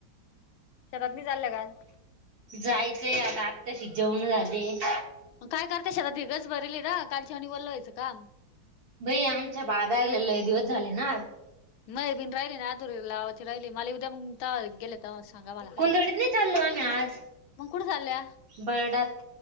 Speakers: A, on the left; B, on the right.
A: शेतातं बी चालल्या का आज.
B: जायचंय आता, आत्ता शि जेवणं झाले आहेत.
A: काय करते शेतात भी गज भरी लीध, कालच्यावानी वल्ल व्हायचं काम
B: बई आमच्या बादल ले लई दिवसं झाले नां.
A: माया बीन राहिली ना अधुरी लावाची राहिली, माले येऊ द्या मग तव्हा गेले तव्हाचं कुठे
B: कुंदडीत
A: नाही चालली ना,
B: चाललो आम्ही आज
A: मग कुठं चालल्या
B: बर्डात